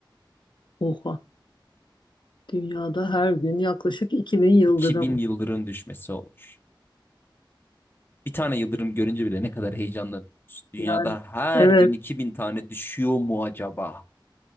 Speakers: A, on the left (about 65°); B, on the left (about 25°).
A: Oha. Dünyada her gün yaklaşık 2000 yıldırım.
B: iki bin yıldırım düşmesi olur. Bir tane yıldırım görünce bile ne kadar heyecanlanıyoruz. Dünyada
A: Yani
B: her
A: evet.
B: gün 2000 tane düşüyor mu acaba?